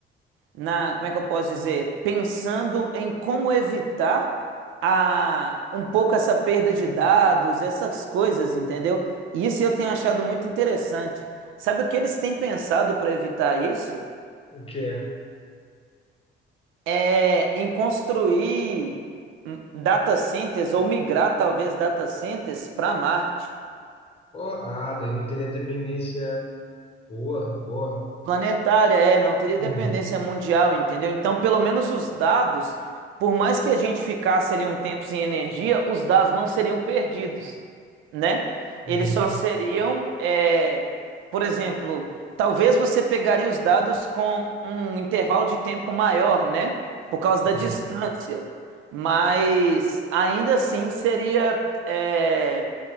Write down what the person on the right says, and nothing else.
na, como é que eu posso dizer, pensando em como evitar a, um pouco essa perda de dados, essas coisas, entendeu? E isso eu tenho achado muito interessante. Sabe o que eles têm pensado para evitar isso?
É em construir hum, data centers ou migrar talvez data centers para Marte.
Planetária, é, não teria dependência
mundial, entendeu? Então, pelo menos os dados, por mais que a gente ficasse ali um tempo sem energia, os dados não seriam perdidos, né?
Eles só seriam, é, por exemplo, talvez você pegaria os dados com um intervalo de tempo maior, né? Por causa da
distância, mas ainda assim seria, é,